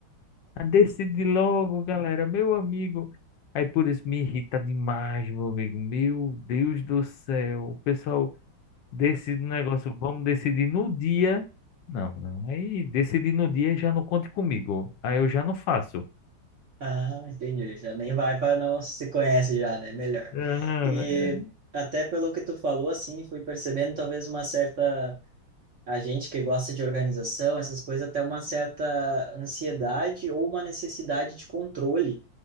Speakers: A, on the left; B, on the right.
A: Decide logo, galera, meu amigo. Aí por isso me irrita demais, meu amigo. Meu Deus do céu. O pessoal decide um negócio, vamos decidir no dia. Não, não. Aí decidir no dia já não conte comigo. Aí eu já não faço.
B: Ah, entendi. Já nem vai para não se conhece já, né? Melhor.
A: Não,
B: E
A: é-
B: até pelo que tu falou, assim, fui percebendo talvez uma certa a gente que gosta de organização, essas coisas, até uma certa ansiedade ou uma necessidade de controle.